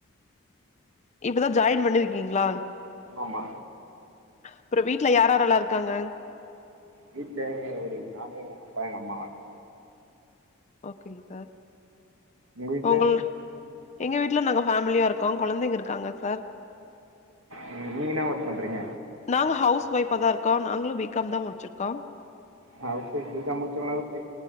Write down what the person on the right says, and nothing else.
ஆமா ஆமா
வீட்ல ஒரு நானு ஏ அப்பா எங்க அம்மாதா
உங்க வீட்ல
ம் நீங்க என்னா ஒர்க் பண்றீங்க
ஹவுஸ் ஒய்ஃப் பீகாம் முடிச்சவங்களாவதுசரி